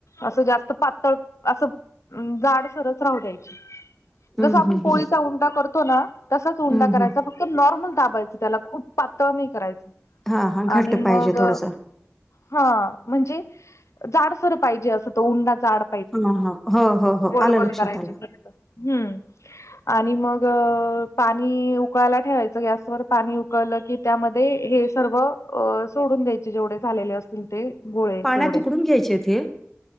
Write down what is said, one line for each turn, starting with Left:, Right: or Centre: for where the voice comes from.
Left: असं जास्त पातळ असं जाड सरस राहू द्यायची
Centre: हं,
Left: जस आपण
Centre: हं,
Left: पोळीचा
Centre: हं,
Left: उंडा करतो ना तसाच उंडा
Centre: हं,
Left: करायचा
Centre: हं.
Left: फक्त नॉर्मल दाबायचं त्याला खूप पातळ नाही करायच
Centre: हां, हां. घट्ट
Left: आणि मग
Centre: पाहिजे थोडंसं.
Left: हा म्हणजे जाडसर पाहिजे असं तो उंडा जाड
Centre: हां, हां. हो, हो, हो.
Left: गोल
Centre: आलं
Left: गोल
Centre: लक्षात
Left: करायचे
Centre: आलं.
Left: फक्त हम् आणि मग पाणी उकळायला ठेवायचं गॅसवर पाणी उकळलं की त्यामध्ये हे सर्व सोडून द्यायचे जेवढे झालेले असतील ते गोळे
Centre: पाण्या
Left: तेवढे
Centre: तुकडून घ्यायचेथे